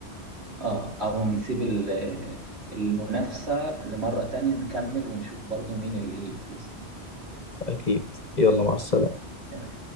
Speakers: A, on the right (about 70°); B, on the left (about 40°).
A: آه، أو نسيب ال- آه، المنافسة لمرة تانية نكمل ونشوف برضو مين اللي يفوز
B: أكيد يلا مع السلامة
A: تمام